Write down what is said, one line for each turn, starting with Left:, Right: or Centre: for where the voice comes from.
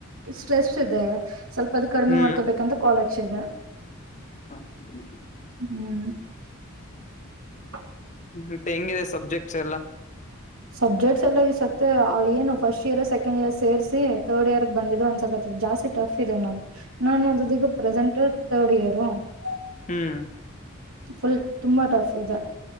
Right: ಸ್ಟ್ರೆಸ್ಟ್ ಇದೆ. <unintelligible> ಸ್ವಲ್ಪ ಅದು ಕಡಿಮೆ
Left: ಹ್ಮ್
Right: ಮಾಡ್ಕೋಬೇಕಂತ ಕೊನ್ ಹಚ್ಚಿದೇ <unintelligible>
Left: ಹೌದಾ <unintelligible>
Right: ಹೂ <unintelligible>
Left: ಮತ್ತೆ ಹೆಂಗಿದೆ ಸಬ್ಜೆಕ್ಟ್ಸ್ ಎಲ್ಲಾ? <unintelligible>
Right: ಸಬ್ಜೆಕ್ಟ್ಸ್ ಎಲ್ಲ ಇಸತ್ತೆ ಏನು ಫಸ್ಟ್ ಇಯರ್ ಸೆಕೆಂಡ್ ಇಯರ್ ಸೇರ್ಸಿ ತರ್ಡ್ ಇಯರ್ ಬಂದಿದ್ರು ಅನ್ಸುತ್ತ <unintelligible> ಇವತ್ತ ಜಾಸ್ತಿ ಟಫ್ ಇದೆ ನಾನ ನಾನ ಓದಿದ್ದ ಪ್ರೆಸೆಂಟ್ ತರ್ಡ್ ಇಯರು <unintelligible>
Left: ಹೂ <unintelligible>
Right: ಫುಲ್ ತುಂಬಾ ಟಫ್ ಇದೆ